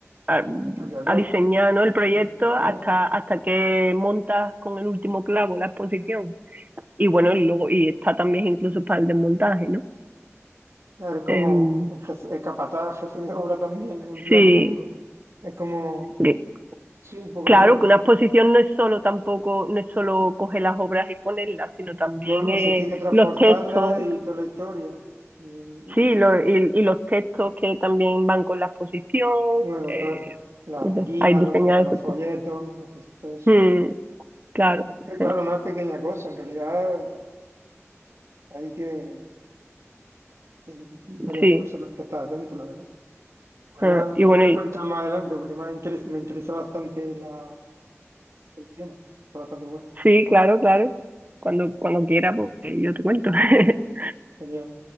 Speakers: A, on the right; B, on the right.
A: a,
B: Hasta que acaba.
A: a diseñar, ¿no? el proyecto
B: Bueno,
A: hasta,
B: <laughs>
A: hasta que montas con el último clavo la exposición. Y bueno, y luego, y está también incluso para el desmontaje, ¿no?
B: eres como
A: Em,
B: el jefe, el capataz, jefe de obra también, en plan
A: sí,
B: un poco, es como,
A: que-
B: sí, un poco
A: claro
B: todo.
A: que una exposición no es solo tampoco, no es solo coger las obras y ponerlas, sino también
B: No, no,
A: eh,
B: si es que hay que transportarla
A: los textos,
B: y toda la historia. Mm,
A: Sí, lo- y, y los textos que también van con la exposición,
B: Bueno,
A: eh,
B: claro, la
A: no
B: guía,
A: sé, hay diseñados
B: los, fo- los
A: esos
B: folletos,
A: textos.
B: lo que es todo eso.
A: Mm, claro,
B: Es
A: <laughs>
B: que, claro, no es pequeña cosa, en realidad hay que, hay varias
A: sí.
B: cosas a las que estar atento, la verdad. Pues
A: Ah,
B: nada,
A: y bueno,
B: ya me
A: y-
B: cuentas más adelante porque me interesa, me interesa bastante la, el tema. Está bastante bueno.
A: sí, claro, claro. Cuando, cuando quiera, pues yo te cuento. <laughs>
B: Genial.